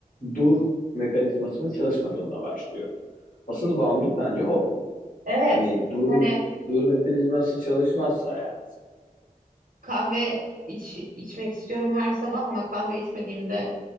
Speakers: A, on the left; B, on the right.
A: dur mekanizmasının çalışmadığında başlıyor. Asıl bağımlılık bence o.
B: Evet.
A: Hani dur
B: Hani
A: dur mekanizması çalışmazsa yani.
B: Kahve iç, içmek istiyorum her sabah ama kahve içmediğimde